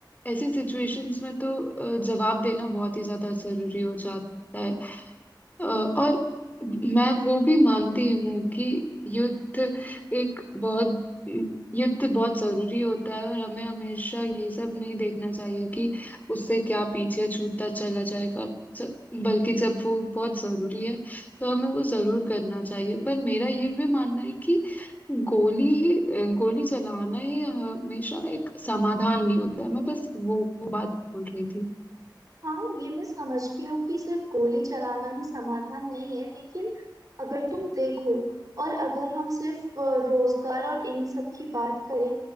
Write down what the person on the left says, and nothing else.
ऐसी सिचुएशंस में तो अ, जवाब देना बहुत ही ज्यादा जरूरी हो जाता है अ, और मैं वो भी मानती हूँ कि युद्ध एक बहुत युद्ध बहुत जरूरी होता है और हमें हमेशा ये सब नहीं देखना चाहिए कि उससे क्या पीछे छूटता चला जाएगा ज- बल्कि जब वो बहुत जरूरी है तो हमें वो जरूर करना चाहिए पर मेरा ये भी मानना है कि गोली ही गोली चलाना ही हमेशा एक समाधान नहीं होता है मैं बस वो वो बात बोल रही थी